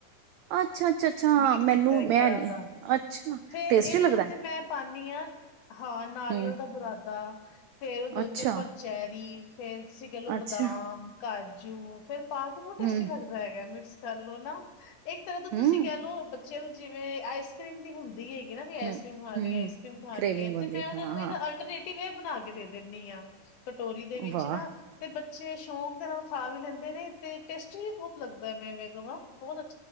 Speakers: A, on the right; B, on the left.
A: ਅੱਛਾ ਅੱਛਾ ਅੱਛਾ
B: ਬੀਟ
A: ਮੈਨੂੰ।
B: ਕੀਤਾ ਇੱਕ ਤਰ੍ਹਾਂ
A: ਨੀ
B: ਦਾ
A: ਅੱਛਾ
B: ਫੇਰ
A: ਟੇਸਟੀ
B: ਇਹਦੇ
A: ਲੱਗਦਾ
B: ਉੱਤੇ
A: ਹੈ।
B: ਮੈਂ ਪਾ ਨੀਆਂ। ਹਾਂ, ਨਾਰੀਅਲ
A: ਹੂੰ
B: ਦਾ ਬੁਰਾਦਾ। ਫੇਰ ਉਹਦੇ
A: ਅੱਛਾ
B: ਉੱਤੇ ਪਰਚੈਰੀ! ਫੇਰ ਤੁਸੀਂ ਕਹਿ ਲਉ
A: ਅੱਛਾ
B: ਬਦਾਮ ਕਾਜੂ ਜਿਉਂ ਫਿਰ ਖਾ ਕੇ ਬਹੁਤ ਟੇਸਟੀ
A: ਹੂੰ
B: ਲਗਦਾ ਹੈਗਾ ਮਿਕਸ ਸਾਨੂੰ ਨਾ, ਇੱਕ ਤਰ੍ਹਾਂ ਦਾ
A: ਹੂੰ
B: ਤੁਸੀਂ ਕਹਿ ਲਉ ਚੋਲੋ ਜਿਵੇਂ ਆਈਸ ਕਰ੍ਰੀਮ ਹੁੰਦੀ ਹੈਗੀ ਨਾ ਵੀ ਆਈਸ
A: ਹੂੰ
B: ਕਰੀਮ ਖਾਣੀ
A: ਹੂੰ
B: ਆਈਸ
A: ਹੂੰ
B: ਕਰ੍ਰੀਮ ਖਾਣੀ
A: ਕਰੇਵਿੰਗ
B: ਹੈ
A: ਹੁੰਦੀ
B: ਤੇ ਮੈਂ ਉਹਨਾਂ
A: ਹਾਂ
B: ਨੂੰ ਇਹਦਾ
A: ਹਾਂ
B: ਅਲਟਰਨੇਟ ਕਿਵੇਂ ਬਣਾ ਕੇ ਦੇ ਦਿੰਦੀ ਆ ਕਟੋਰੀ ਦੇ ਵਿੱਚ
A: ਵਾਹ
B: ਨਾ, ਸ਼ੌਕ ਦੇ ਨਾਲ ਖਾ ਵੀ ਲੈਂਦੇ ਨੇ ਤੇ ਟੇਸਟੀ ਵੀ ਬਹੁਤ ਲੱਗਦਾ ਮੈ ਐਵੇ ਕਹਿ ਬਹੁਤ ਟੇਸਟੀ